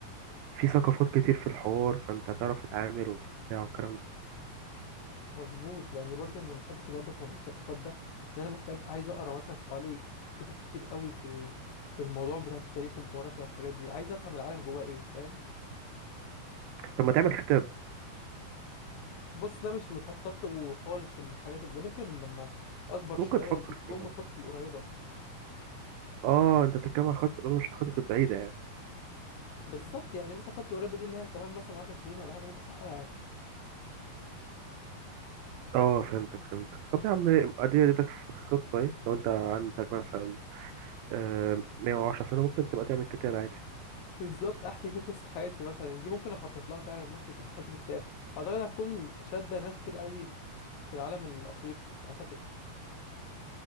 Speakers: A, on the right; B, on the left.
A: في ثقافات كتير في الحوار فانت هتعرف تتعامل وبتاع والكلام ده
B: مظبوط يعني برضو من خططي برضو في موضوع الثقافات ده إن أنا محتاج عايز أقرأ مثلا حوالي كتب كتير قوي في ال... في الموضوع بتاع التاريخ والجغرافيا والحاجات دي عايز أفهم العالم جواه إيه فاهم
A: طب ما تعمل كتاب
B: بص ده مش مخطط له خالص في الحاجات الجاية ممكن لما أكبر شوية
A: ممكن تفكر
B: دي تكون
A: فيها
B: من خططي القريبة
A: اه انت بتتكلم عن خطط مش الخطط البعيده يعني
B: بالظبط يعني مثلا خططي القريبة دي اللي هي كمان مثلا 10 سنين ولا حاجة ممكن أحققها
A: اه فهمتك فهمتك طب يا عم ادي اديتك في الخطه ايه لو انت عندك مثلا آه 110 سنه ممكن تبقى تعمل كتاب عادي
B: بالظبط احكي فيه قصه حياتي مثلا دي ممكن اخطط لها فعلا ان احكي قصه حياتي في كتاب اعتقد هتكون شاده ناس كتير قوي في في العالم الافريقي اعتقد